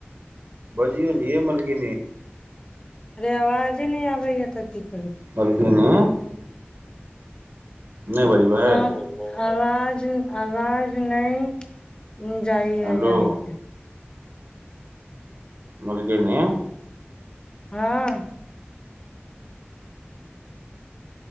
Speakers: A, on the right; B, on the left.
A: बजियौ ने यै मलकिनी
B: अरे आवाजे नहि आबैय तऽ क
A: मलकिनी नहि बजबै
B: हँ आवाज आवाज नहि जाइ
A: हेलो
B: है यहााँ के
A: मलगे ने
B: हँ